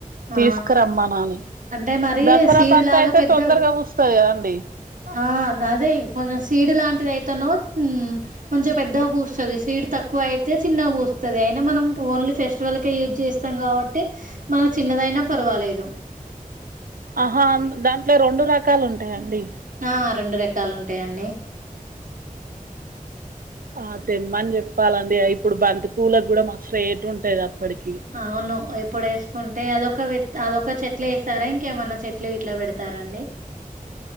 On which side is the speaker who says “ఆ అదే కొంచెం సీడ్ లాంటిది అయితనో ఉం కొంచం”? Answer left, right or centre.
Right